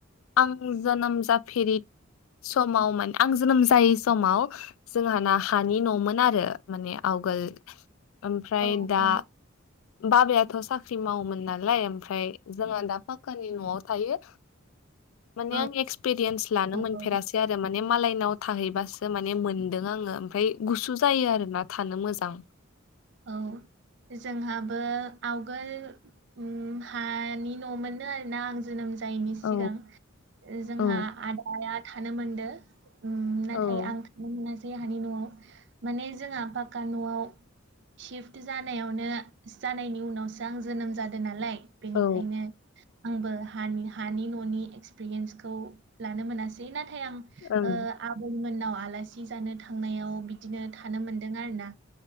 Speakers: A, on the left (about 80°); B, on the right (about 55°).
A: आं जोनोम जाफेरि समाव मोन आं जोनोम जायै समाव जोंहा ना हानि न'मोन आरो माने आवगोल। ओमफ्राय
B: औ
A: दा
B: औ
A: बाबायाथ' साख्रि मावोमोन ना लाय ओमफ्राय जोंहा दा फाक्कानि न'आव थायो। माने
B: औ
A: आं एक्सपिरियेन्स लानो
B: औ
A: मोनफेरासै
B: औ
A: आरो माने मालायनाव थाहैबासो माने मोनदों आङो ओमफ्राय गुसु जायो आरोना थानो मोजां।
B: औ जोंहाबो आवगोल उम हानि न' मोपनो आरोना आं जोनोम जायिनि
A: औ
B: सिगां जोंहा
A: औ
B: आदाया थानो मोनदो। उम नाथाय
A: औ
B: आं थांनो मोनासै हानि न'आव माने जोंहा पाक्का न'आव सिफ्ट जानायावनो जानायनि उनावसो आं जोनोम जादों नालाय। बेनिखायनो
A: औ
B: आंबो हानि हानि न'नि एक्सपिरियेन्सखौ लानो मोनासै नाथ थाय आं
A: ओं
B: ओ आबैमोननाव आलासि जानो थांनायाव बिदिनो थानो मोनदों आरोना